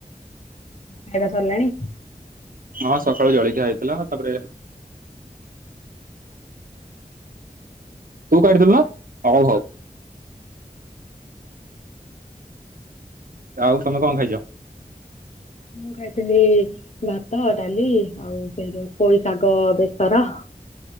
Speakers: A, on the left; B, on the right.
A: ଖାଇବା ସରିଲାଣି
B: ହଁଁ ସକାଳୁ ଜଳଖିଆ ହେଇଥିଲା ତା ପରେ ତୁ କାଟିଥିଲୁନା ହଉ ହଉ ଆଉ ତମେ କଣ ଖାଇଛ
A: ମୁଁ ଖାଇଥିଲି ଭାତ ଡାଲି ଆଉ ସେ ଯୋଉ ପୋଇ ଶାଗ ବେସର